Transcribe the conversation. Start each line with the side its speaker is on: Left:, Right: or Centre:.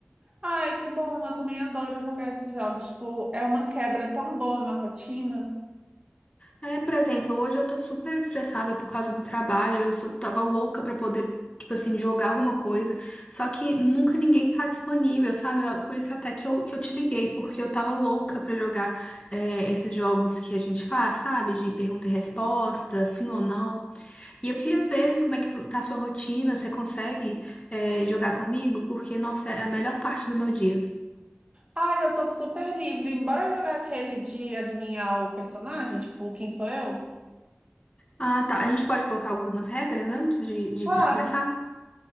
Right: Ai, que bom, eu também adoro jogar esses jogos. Tipo, é uma quebra tão boa na rotina.
Left: É, por exemplo, hoje eu tô super estressada por causa do trabalho, eu só tava louca pra poder, tipo assim, jogar alguma coisa, só que nunca ninguém tá disponível, sabe? Ah, Por isso até que eu, que eu te liguei, porque eu tava louca pra jogar é, esses jogos que a gente faz, sabe? De pergunta e resposta, sim ou não. E eu queria ver como é que tá a sua rotina, você consegue é, jogar comigo? Porque, nossa, é a melhor parte do meu dia.
Right: Ai, eu tô super livre. Bora jogar aquele de adivinhar o personagem? Tipo, quem sou eu?
Left: Ah, tá. A gente pode colocar algumas regras antes de, de
Right: Claro.
Left: de começar?